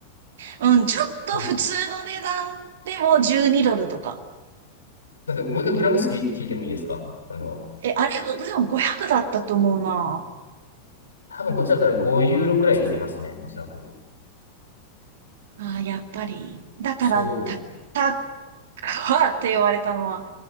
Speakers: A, on the right; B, on the left.
A: うん、ちょっと普通の値段でも12ドルとか。
B: うん。だってもう一回グラム数聞いてもいいですかその、
A: え、あれ、でも500だったと思うな。
B: 多分こっちだったら5ユーロくらいでいけますね、おそらく。
A: ああ、やっぱり。だから、
B: そ
A: た、た、かって言われたのは、